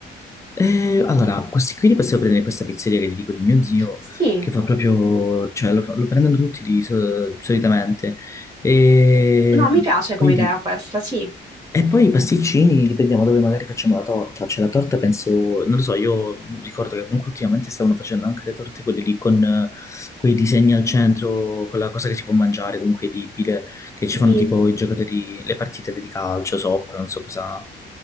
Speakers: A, on the left (about 15°); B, on the right (about 20°).
A: Eh, allora, questi qui li possiamo prendere in questa pizzeria che ti dico di mio zio,
B: Sì,
A: che fa proprio... Cioè, lo, fa- lo prendono tutti di, so- solitamente. E...
B: no, mi piace
A: quindi
B: come idea questa, sì.
A: E poi i pasticcini dipendiamo dove magari facciamo la torta. Cioè, la torta penso, non lo so, io ricordo che comunque ultimamente stavano facendo anche le torte quelle lì con eh, quei disegni al centro, quella cosa che si può mangiare, comunque edibile, che ci
B: Sì.
A: fanno tipo i giocatori, le partite di calcio sopra, non so cosa,